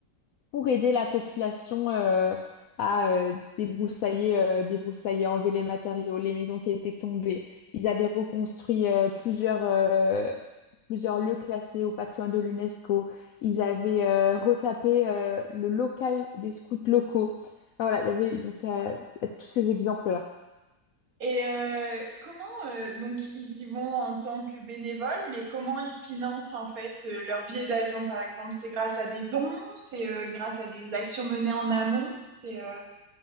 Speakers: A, on the left; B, on the right.
A: pour aider la population euh, à euh, débroussailler, euh, débroussailler, enlever les matériaux, les maisons qui étaient tombées. Ils avaient reconstruit euh, plusieurs, euh, plusieurs lieux classés au patrimoine de l'UNESCO. Ils avaient euh, retapé euh, le local des scouts locaux. Enfin, Voilà, il y avait donc il y a il y a tous ces exemples-là.
B: Et euh, comment, euh, donc, ils y vont en tant que bénévoles, mais comment ils financent, en fait, euh, leur billet d'avion, par exemple C'est grâce à des dons C'est euh, grâce à des actions menées en amont C'est euh,